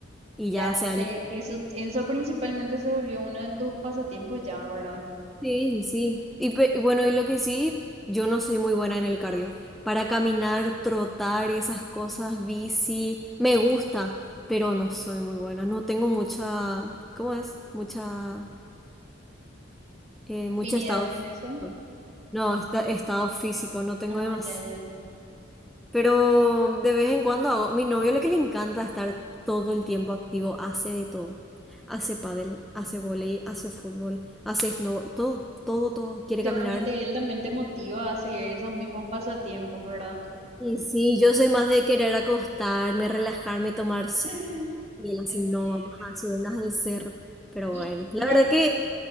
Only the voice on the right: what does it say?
Ya,
entonces
eso, eso principalmente se volvió uno de tus pasatiempos ya, ¿verdad?
Afinidad
con
eso.
Ah,
ya, ya.
Seguramente
él también te motiva a seguir esos mismos pasatiempos, ¿verdad?
<laughs>
Entiendo.
Y,
y ahí,